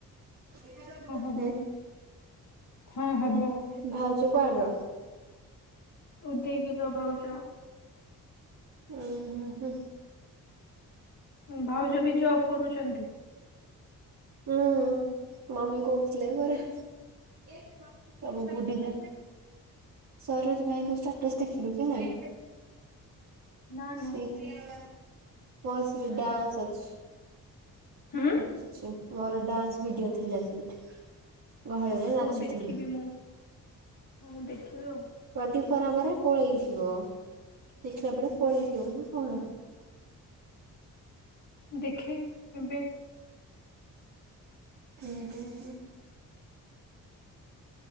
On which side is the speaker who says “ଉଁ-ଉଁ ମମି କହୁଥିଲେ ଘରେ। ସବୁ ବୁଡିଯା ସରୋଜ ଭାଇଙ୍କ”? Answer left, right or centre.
Right